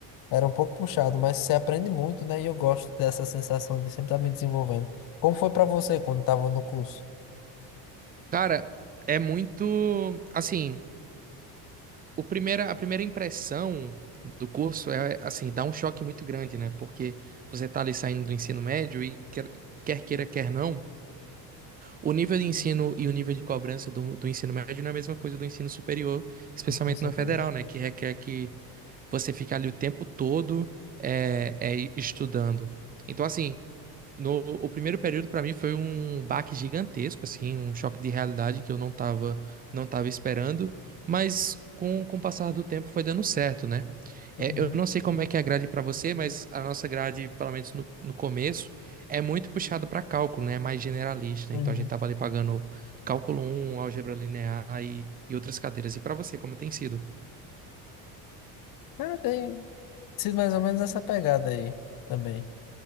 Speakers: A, on the left; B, on the right.
A: Era um pouco puxado, mas você aprende muito, né? E eu gosto dessa sensação de sempre estar me desenvolvendo. Como foi pra você quando estava no curso?
B: Cara, é muito, assim, O primeira, a primeira impressão do curso é, assim, dá um choque muito grande, né? Porque você tá ali saindo do ensino médio e quer, quer queira, quer não, o nível de ensino e o nível de cobrança do, do ensino médio não é a mesma coisa do ensino superior, especialmente
A: Com
B: no
A: certeza.
B: federal, né? Que requer que você fique ali o tempo todo é, é, estudando. Então, assim, no, o primeiro período para mim foi um baque gigantesco, assim, um choque de realidade que eu não tava, não tava esperando, mas com, com o passar do tempo foi dando certo, né?
A: Uhum,
B: É, eu não sei como é que é a grade para você, mas a nossa grade, pelo menos no, no começo, é muito puxada para cálculo, né? É Mais generalista,
A: uhum.
B: né? Então a gente tava ali pagando cálculo um álgebra linear e, e outras cadeiras. E para você, como tem sido?
A: Cara, tem sido mais ou menos essa pegada aí também.